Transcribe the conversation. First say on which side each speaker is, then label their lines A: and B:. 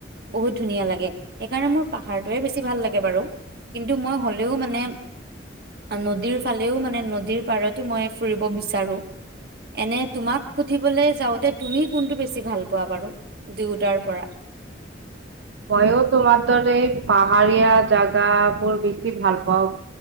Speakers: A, on the right; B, on the right.
A: বহুত ধুনীয়া লাগে সেইকাৰণে মোৰ পাহাৰটোয়ে বেছি ভাল লাগে বাৰু কিন্তু মই হলেও মানে নদীৰ ফালেও মানে নদীৰ পাৰতো মই ফুৰিব বিচাৰো এনে তোমাক সুধিবলৈ যাওঁতে তুমি কোনটো বেছি ভাল পোৱা বাৰু দুয়োটাৰ পৰা
B: মইো তোমাৰ দৰে এই পাহাৰীয়া জোগাবোৰ বেছি ভাল পাওঁ